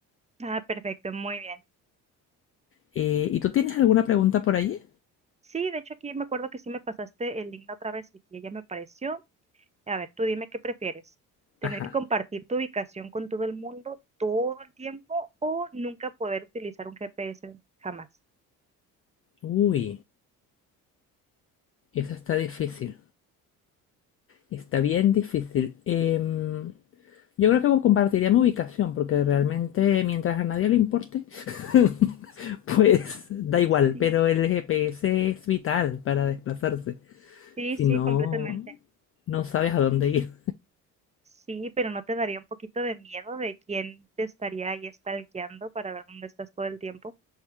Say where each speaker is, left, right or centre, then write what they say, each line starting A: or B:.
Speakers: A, on the right (about 15°); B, on the left (about 30°).
A: Ah, perfecto, muy bien.
B: Eh, ¿y tú tienes alguna pregunta por allí?
A: Sí, de hecho aquí me acuerdo que sí me pasaste el link la otra vez y que ya me pareció. A ver, tú dime qué prefieres, tener
B: Ajá.
A: que compartir tu ubicación con todo el mundo todo el tiempo o nunca poder utilizar un GPS jamás.
B: Uy, esa está difícil. Está bien difícil. Em, Yo creo que compartiría mi ubicación, porque realmente mientras a nadie le importe, <laughs> pues da igual,
A: Sí.
B: pero el GPS es vital para desplazarse.
A: Sí,
B: Si
A: sí,
B: no,
A: completamente.
B: no sabes a dónde ir.
A: Sí, pero ¿no te daría un poquito de miedo de quién te estaría ahí stalkeando para ver dónde estás todo el tiempo?